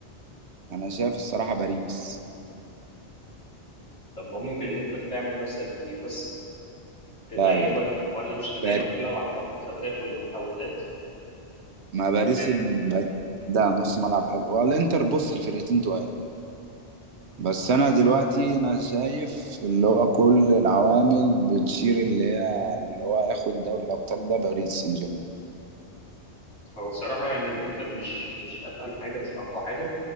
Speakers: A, on the right; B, on the left.
A: انا شايف الصراحه باريس
B: طب ما ممكن الانتر تعمل نفس القصه تنيمك
A: لا لا لا
B: ولا مش تنيمك
A: باريس
B: تلعب على المرتدات والتحولات
A: ما باريس
B: وكده
A: الم- باريس ده نص ملعب حلو والانتر بص الفرقتين تقال بس انا دلوقتي انا شايف اللي هو كل العوامل بتشير اللي هي اللي هو هياخد دوري الابطال ده باريس سان جيرمان
B: هو بصراحه يعني الانتر مش مش اتقل حاجه مش اقوى حاجه